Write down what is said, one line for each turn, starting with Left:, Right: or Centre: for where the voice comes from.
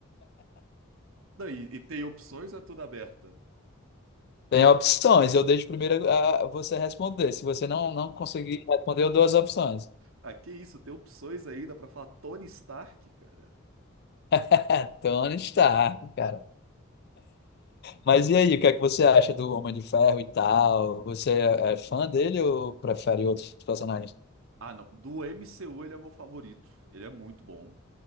Right: Não, e, e tem opções, ou é tudo aberta.
Left: Tem opções. Eu deixo primeiro ah, você responder. Se você não, não conseguir responder, eu dou as opções.
Right: Ah, que isso, tem opções ainda pra falar Tony Stark, cara.
Left: <laughs> Tony Stark, cara. Mas e aí, o que é que você acha do Homem de Ferro e tal? Você é é fã dele ou prefere outros personagens?
Right: Ah, não. Do MCU ele é meu favorito. Ele é muito bom.